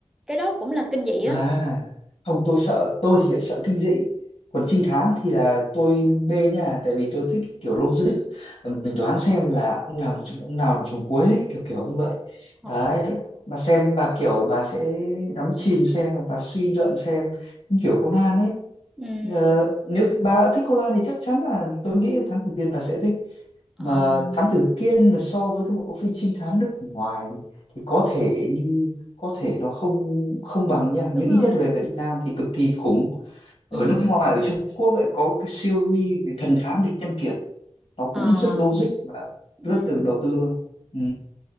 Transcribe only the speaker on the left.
À,
không tôi sợ, tôi thì lại sợ kinh dị. Còn trinh thám thì là tôi mê nha, tại vì tôi thích kiểu logic. Mình đoán xem là ông làm ông nào làm trùng cuối ấy, kiểu kiểu như vậy.
Đấy, bà xem bà kiểu bà sẽ đắm chìm xem và bà suy luận xem Cũng kiểu Conan ấy.
Ờ, nếu bà đã thích Conan thì chắc chắn là tôi nghĩ là Thám Tử Kiên bà sẽ thích
mà Thám Tử Kiên mà so với các bộ phim trinh thám nước ngoài thì có thể như có thể nó không không
bằng nha
nhưng ít
nhất về Việt Nam thì cực kỳ khủng ở
nước ngoài ở Trung Quốc lại có cái series về thần thám địch nhân kiệt nó cũng
rất logic và
rất được đầu tư luôn ừ,